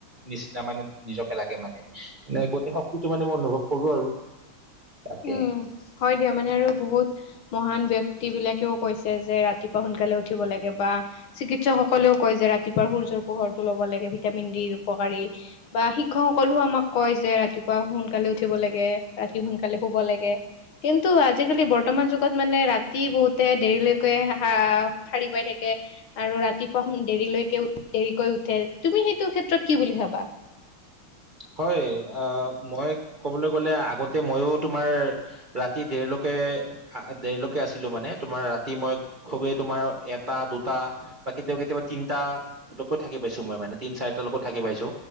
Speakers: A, on the right; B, on the left.
A: নিচিনা মানে নিজকে লাগে মানে। নে গোটেই শক্তিটো মানে মই অনুভৱ কৰো আৰু তাকে
B: উম হয় দিয়া মানে আৰু বহুত মহান ব্যক্ ক্তি বিলাকেও কৈছে যে ৰাতিপুৱা সোনকালে উঠিব লাগে বা চিকিৎসকসকলেও কৈ যে ৰাতিপুৱা সুৰ সুৰ্য পোহৰটো লব লাগে ভিটামিন ডিৰ উপকাৰী বা শিক্ষক সকলেও আমাক কয় যে ৰাতিপুৱা সোন সোনকালে উঠিব লাগে ৰাতি সোনকালে শুব লাগে কিন্তু আজিকালি বৰ্তমান যুগত মানে ৰাতি বহুতে দেৰিলৈকে হা সাৰী পাই থাকে আৰু ৰাতিপুৱা সোন দেৰিলৈকে দেৰিকৈ উঠে তুমি সেইটো ক্ষেত্ৰত কি বুলি ভাবা <inaudible>
A: হয় অ মই ক'বলৈ গ'লে আগতে মইয়ো তোমাৰ ৰাতি দেৰলৈকে দেৰিলৈকে আছিলো মানে তোমাৰ ৰাতি মই খুবেই তোমাৰ এটা দুটা বা কেতিয়াবা কেতিয়াবা তিনিটা লকো থাকি পাইছো মই মানে তিন চাৰটা লকো থাকি পাইছো